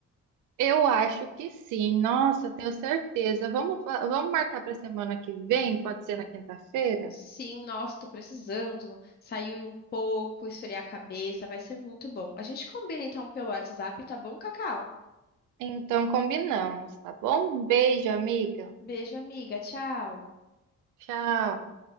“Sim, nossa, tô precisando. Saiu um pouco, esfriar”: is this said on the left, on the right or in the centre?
Left